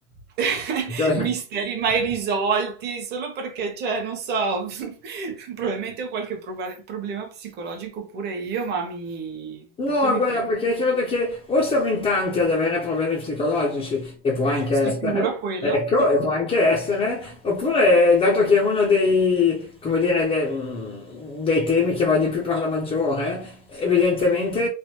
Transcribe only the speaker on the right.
<laughs>
misteri mai risolti, solo perché, cioè, non so, <laughs> probabilmente ho qualche proba- problema psicologico pure io, ma mi,
proprio mi
prende.
Sicuro
quello.